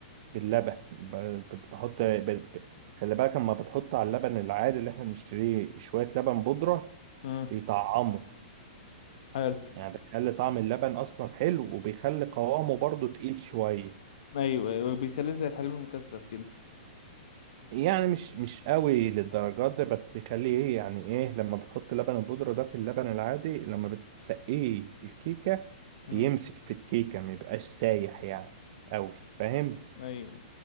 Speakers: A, on the right (about 45°); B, on the left (about 55°).
A: باللبن ب- بحط ب- ب- خلي بالك اما بتحط على اللبن العادي اللي احنا بنشتريه شوية لبن بودرة
B: امم
A: بيطعموا
B: حلو
A: يعني بيخلي طعم اللبن اصلا حلو وبيخلي قوامه برضو تقيل شوية
B: ايوه ايوه بيخليه زي الحليب المكثف كده
A: يعني مش مش قوي للدرجات دي بس بيخليه ايه يعني ايه لما بتحط لبن البودرة ده في اللبن العادي لما بتسقيه الكيكة
B: امم
A: بيمسك في الكيكة ما يبقاش سايح يعني قوي فاهم
B: ايوه